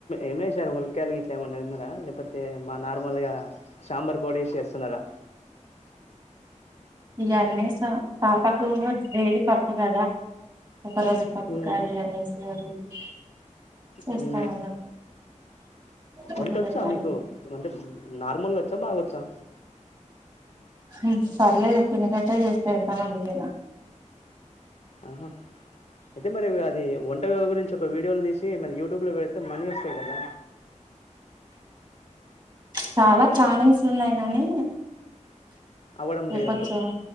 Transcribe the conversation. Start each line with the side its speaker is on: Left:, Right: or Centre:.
Left: ఎం ఎసరు మునక్కాయలు గట్లా ఏమైనా ఉన్నారా లేకపోతే మా నార్మల్ గా సాంబార్ పోడేసిస్తున్నార
Right: ఇగ అన్నీ వేస్తా పాపకు డైలీ పప్పు కదా ఒక రోజు పప్పు
Left: హు
Right: కర్రీ అనేసి అది ఇది చేస్తాను
Left: హు
Right: అన్నట్టు ఫుడ్
Left: వంటొచ్చా
Right: పెట్టాలి
Left: మీకు అంటే నార్మల్గా వచ్చా బాగొచ్చా
Right: హ్ పర్లేదు తినేటట్టే చేస్తే ఎంతమందికైనా
Left: ఆహా అయితే మరి అది వంట గురించి ఒక వీడ్ డియోలు తీసి మరి యూటూబ్ లో పెడితే మనీ వస్తాది గాదా
Right: చాలా ప్లానింగ్స్ ఉన్నాయి. గా నీ
Left: అవ్వడం లేదంటావు
Right: ఎప్పుడొచ్చావ్